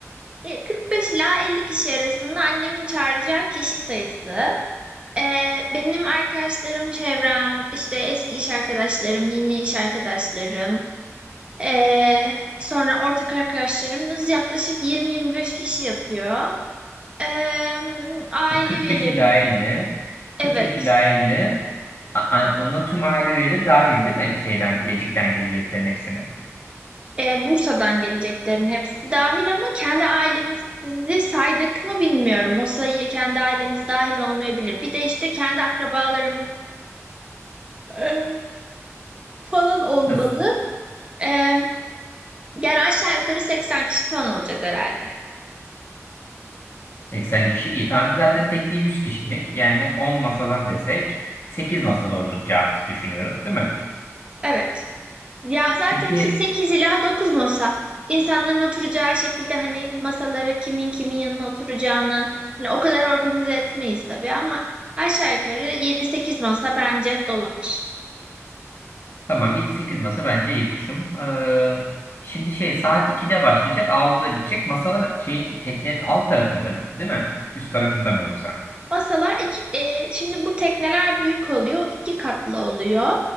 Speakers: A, on the right; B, on the left.
A: Ee, 45 ila 50 kişi arasında annemin çağıracağı kişi sayısı. Ee, benim arkadaşlarım, çevrem, işte eski iş arkadaşlarım, yeni iş arkadaşlarım, ee, sonra ortak arkadaşlarımız yaklaşık 20-25 kişi yapıyor. Ee, aile
B: 45
A: üyelerim.
B: ila 50
A: Evet,
B: 45 ila 50 A- a- ona tüm aile üyeleri dahil değil mi? Şeyden Bilecik'ten geleceklerin hepsini.
A: E, Bursa'dan geleceklerin hepsi dahil ama kendi ailemizi saydık mı bilmiyorum. O sayıya kendi ailemiz dahil olmayabilir. Bir de işte kendi akrabalarımız <laughs> e, falan olmalı.
B: Nasıl?
A: E, yani aşağı yukarı 80 kişi falan olacağız herhalde.
B: 80 kişi iyi. Tamam zaten tekne 100 kişilik. Yani 10 masadan desek 8 masada olacağımızı düşünüyoruz değil mi?
A: Evet. Ya zaten
B: Peki
A: işte 8 ila 9 masa. İnsanların oturacağı şekilde hani masalara kimin kimin yanına oturacağını hani o kadar organize etmeyiz tabii ama aşağı yukarı 7-8 masa bence dolar.
B: tamam 7-8 masa bence iyi kuşum. Ee, şimdi şey saat 2'de başlayacak 6'da bitecek. Masalar şeyin teknenin alt tarafında değil mi? Üst tarafında mı yoksa?
A: Masalar iki, e, şimdi bu tekneler büyük oluyor, iki katlı oluyor.